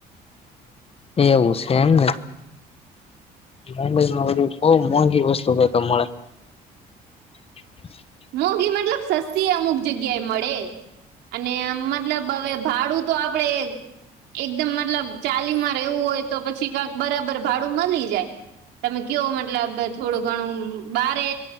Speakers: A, on the left (about 35°); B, on the right (about 80°).
A: એવું સે એમ ને! મુંબઈમાં બધું બહું મોંઘી વસ્તું <unintelligible> મળે. <inaudible>
B: મોંઘી મતલબ સસ્તી એઈ અમુક જગ્યાએ મળે. અને આમ મતલબ હવે ભાડું તો આપણે એકદમ મતલબ ચાલીમાં રહેવું હોય તો પછી કાંક બરાબર ભાડું મલી જાય. તમે કહ્યો મતલબ થોડું ઘણું બહારે